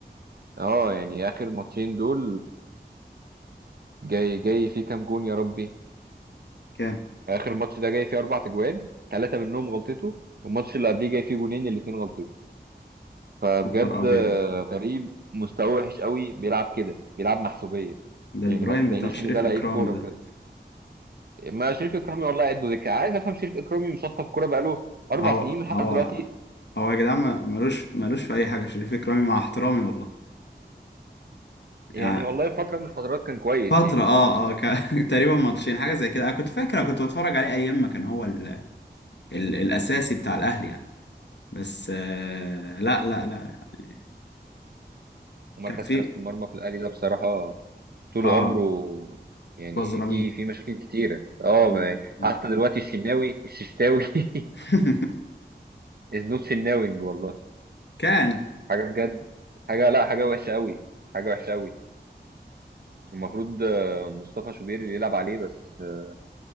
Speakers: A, on the right; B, on the left.
A: اه يعني اخر ماتشين دول جاي جاي فيه كام جون يا ربي
B: كام
A: اخر ماتش ده جاي فيه اربع تجوان ثلاثه منهم غلطته والماتش اللي قبليه جاي فيه جونين الاثنين غلطته فبجد
B: نهار ابيض
A: آه، غريب مستواه وحش قوي بيلعب كده بيلعب محسوبيه
B: ده
A: يعني
B: البرايم
A: ما تقنعنيش
B: بتاع شريف
A: ان ده لعيب
B: اكرامي
A: كوره
B: ده
A: بجد ما شريف اكرامي والله قد دكه عايز افهم شريف اكرامي مشطب كوره بقاله اربع
B: هو
A: سنين لحد
B: هو
A: دلوقتي
B: هو يا جدعان ما- ملوش ملوش في اي حاجه شريف اكرامي مع احترامي والله
A: يعني
B: يعني
A: والله فتره من الفترات كان كويس
B: فترة
A: يعني
B: اه اه ك... <laughs> تقريبا ماتشين حاجة زي كده انا كنت فاكر أنا كنت بتفرج عليه ايام ما كان هو ال... ال... الاساسي بتاع الاهلي يعني بس آه لا لا لا يعني
A: ومركز
B: كان في
A: حراسه المرمى في الاهلي ده بصراحه طول
B: اه
A: عمره يعني
B: بزرامين
A: في في مشاكل كتيرة اه
B: مم.
A: ما-
B: مم.
A: حتى دلوقتي الشناوي الششتاوي <laughs>
B: <laughs>
A: از نوت سناوينج <laughs> والله
B: كان
A: حاجة بجد حاجة لا حاجة وحشة قوي حاجة وحشة قوي المفروض آه، مصطفى شوبير اللي يلعب عليه بس آه،